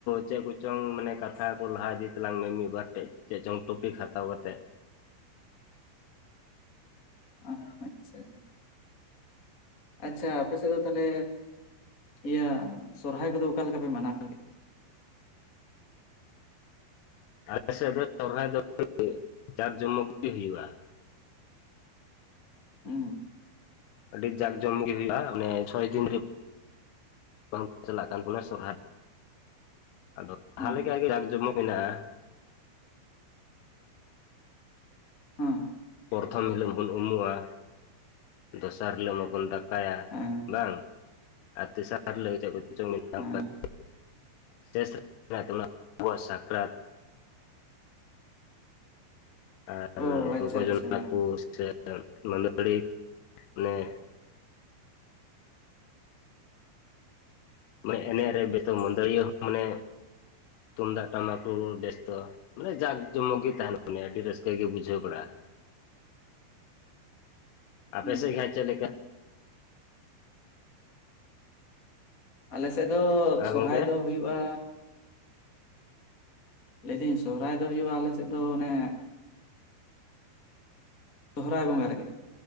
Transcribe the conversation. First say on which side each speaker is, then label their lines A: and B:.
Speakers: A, on the left; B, on the left.
A: ᱪᱮᱫ ᱠᱩ ᱪᱚᱝ ᱢᱟᱱᱮ ᱠᱟᱛᱷᱟ ᱠᱚ ᱞᱟᱦᱟ ᱤᱫᱤ ᱛᱟᱞᱟᱝ ᱢᱮ ᱢᱤᱫ ᱵᱟᱨ ᱴᱮᱡ ᱪᱮᱫ ᱪᱚᱝ ᱴᱚᱯᱤᱠ ᱦᱟᱛᱟᱣ ᱠᱟᱛᱮᱜ
B: ᱟᱸᱜ ᱟᱪᱪᱷᱟ᱾ ᱟᱪᱪᱷᱟ ᱟᱯᱮᱥᱮᱫ ᱫᱚ ᱛᱟᱦᱚᱞᱮ ᱤᱭᱟᱹ ᱥᱚᱨᱦᱟᱭ ᱠᱚᱫᱚ ᱚᱠᱟ ᱞᱮᱠᱟ ᱯᱮ ᱢᱟᱱᱟᱣᱟ?
A: ᱟᱞᱮ ᱥᱮᱫ ᱫᱚ ᱥᱚᱨᱦᱟᱭ ᱫᱚ ᱡᱟᱠᱡᱚᱢᱚᱠ ᱜᱮ ᱦᱩᱭᱩᱜᱼᱟ᱾
B: ᱩᱸ᱾
A: ᱟᱹᱰᱤ ᱡᱟᱠ ᱡᱚᱢᱚᱠ ᱜᱮ ᱦᱩᱭᱩᱜᱼᱟ, ᱢᱟᱱᱮ ᱪᱷᱚᱭ ᱫᱤᱱ ᱨᱮ ᱵᱟᱝ ᱪᱟᱞᱟᱜ ᱠᱟᱱ ᱵᱚᱱᱟ ᱥᱚᱨᱦᱟᱭ ᱟᱫᱚ ᱞᱟᱦᱟ
B: ᱦᱮᱸ
A: ᱞᱮᱠᱟ ᱜᱮ ᱡᱟᱠ ᱡᱚᱢᱚᱠ ᱢᱮᱱᱟᱜᱼᱟ᱾
B: ᱦᱚᱸ᱾
A: ᱯᱨᱚᱛᱷᱚᱢ ᱦᱤᱞᱳᱜ ᱵᱚᱱ ᱩᱢᱩᱜᱼᱟ ᱫᱚᱥᱟᱨ ᱦᱤᱞᱳᱜ ᱢᱟᱵᱚᱱ ᱫᱟ ᱠᱟᱭᱟ
B: ᱦᱮᱸ
A: ᱵᱟᱝ? ᱟᱨ ᱛᱮᱥᱟᱨ ᱦᱤᱞᱳᱜ ᱪᱮᱫ ᱠᱚᱪᱚᱝ <unintelligible>
B: ᱦᱮᱸ
A: ᱥᱮᱥ <unintelligible> ᱨᱮ ᱟᱵᱩᱣᱟᱜ ᱥᱟᱠᱨᱟᱛ ᱟᱨ
B: ᱚ ᱟᱪᱪᱷᱟ
A: ᱜᱚᱜᱚ
B: ᱟᱪᱪᱷᱟ
A: ᱡᱚᱱᱟ ᱠᱩ ᱥᱮ ᱢᱟᱹᱫᱟᱹᱲᱤ ᱢᱟᱱᱮ ᱢᱟᱱᱮ ᱮᱱᱮᱡ ᱨᱮᱜᱮ ᱛᱚ ᱢᱟᱹᱫᱟᱹᱲᱤᱭᱟᱹ ᱦᱚᱸ ᱢᱟᱱᱮ ᱛᱩᱢᱫᱟᱜ ᱴᱟᱢᱟᱠ ᱨᱩ ᱵᱮᱥ ᱛᱚ ᱢᱟᱱᱮ ᱡᱟᱠ ᱡᱚᱢᱚᱠ ᱜᱮ ᱛᱟᱦᱮᱸᱱᱟ ᱢᱟᱱᱮ ᱟᱹᱰᱤ ᱨᱟᱹᱥᱠᱟᱹ ᱜᱮ ᱵᱩᱡᱷᱟᱹᱣ ᱵᱟᱲᱟᱜᱼᱟ᱾ ᱟᱯᱮ
B: ᱦᱮᱸ
A: ᱥᱮ ᱜᱮ ᱦᱟᱸᱜ ᱪᱮᱫ ᱞᱮᱠᱟ?
B: ᱟᱞᱮ ᱥᱮᱫ ᱫᱚ
A: ᱦᱮᱸ
B: ᱥᱚᱨᱦᱟᱭ
A: ᱜᱚᱝᱠᱮ
B: ᱫᱚ ᱦᱩᱭᱩᱜᱼᱟ ᱞᱟᱹᱭᱫᱟᱹᱧ ᱥᱚᱦᱚᱨᱟᱭ ᱫᱚ ᱦᱩᱭᱩᱜᱼᱟ ᱟᱞᱮ ᱥᱮᱫ ᱫᱚ ᱚᱱᱮ ᱥᱚᱦᱚᱨᱟᱭ ᱵᱚᱸᱜᱟ ᱨᱮᱜᱮ